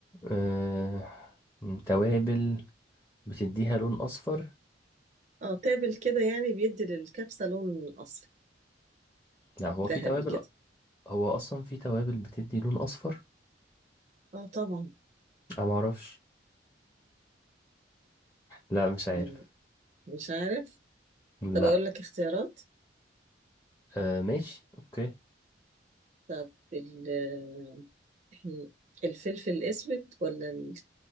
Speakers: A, on the left; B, on the right.
A: أه... م، توابل بتديها لون اصفر
B: اه تابل كده يعني بيدي للكبسة لون اصفر
A: لا هو في
B: ذهبي
A: توابل
B: كده
A: هو اصلا في توابل بتدي لون اصفر
B: اه طبعا
A: انا معرفش لا مش عارف
B: مم. مش عارف
A: لا
B: طب اقول لك اختيارات
A: أه ماشي اوكي
B: طب ال- <clears throat> الفلفل الاسود ولا